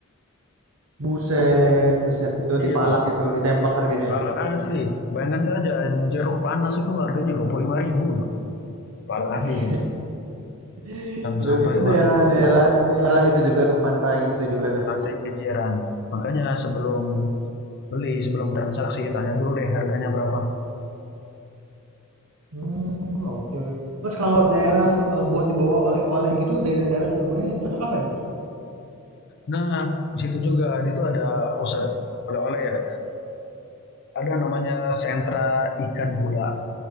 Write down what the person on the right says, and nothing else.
Buset, buset. Itu
dipalak itu, ditembak harganya
ya.
Buset.
<laughs>
Itu
itu
daerah-daerah daerah itu juga tuh pantai itu juga tuh.
Hmm oke oke. Mas, kalau daerah, eee, buat dibawa oleh-oleh gitu dari daerah Surabaya yang cocok apa ya, Mas?